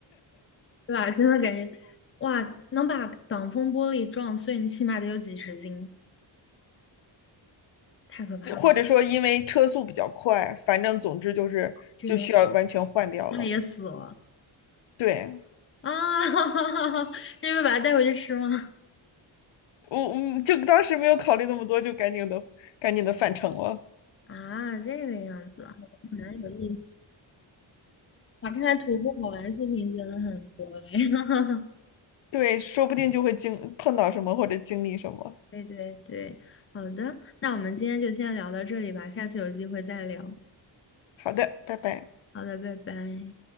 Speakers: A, on the left; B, on the left.
A: 对吧？<laughs> 真的感觉，哇，能把挡风玻璃撞碎，你起码得有几十斤，太可怕了。
B: 这或者说因为车速比较快，反正总之就是就需要完全换掉了。
A: 这个样子，它也死了
B: 对，
A: 啊！<laughs> 哈哈哈哈那你们把它带回去吃吗？
B: 我我就当时没有考虑那么多，就赶紧的赶紧的返程了。
A: <laughs> 啊，这个样子啊。蛮有意思。哇，看来徒步好玩的事情真的很多哎。<laughs>
B: 对，说不定就会经碰到什么或者经历什么。
A: 对对对，好的，那我们今天就先聊到这里吧，下次有机会再聊。
B: 好的，拜拜。
A: 好的，拜拜。